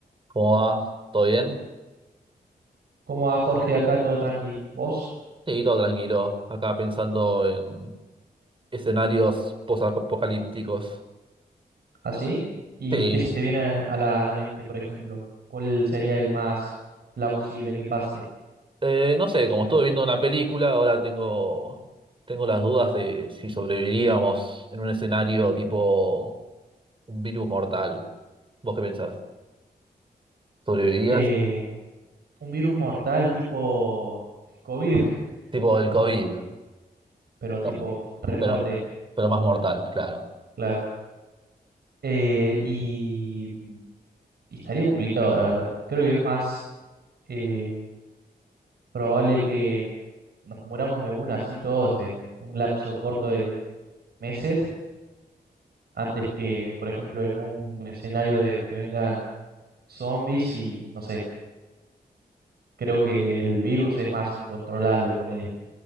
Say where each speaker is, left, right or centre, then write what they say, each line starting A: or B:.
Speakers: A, on the right; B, on the right.
A: ¿Cómo va? ¿Todo bien?
B: ¿Cómo va Jorge acá todo tranqui? ¿Vos?
A: Sí, todo tranquilo. Acá pensando en escenarios posapocalípticos.
B: ¿Así? ¿Y
A: Sí.
B: qué se te viene a la, a la mente, por ejemplo? ¿Cuál sería el más plausible que pase?
A: Eh, no sé, como estuve viendo una película, ahora tengo, tengo las dudas de si sobreviviríamos en un escenario tipo un virus mortal. ¿Vos qué pensás? ¿Sobrevivirías?
B: Eh, un virus mortal tipo COVID, <laughs>
A: Tipo el
B: no,
A: COVID.
B: pero tipo
A: Pero,
B: re
A: pero,
B: fuerte,
A: pero más mortal, claro.
B: claro. Eh, y, y estaría complicado, la verdad. Creo que es más eh, probable que nos muramos de una así todos en un lapso corto de meses, antes que, por ejemplo, en un escenario de que vengan zombies y no sé, creo que el virus es más incontrolable por él.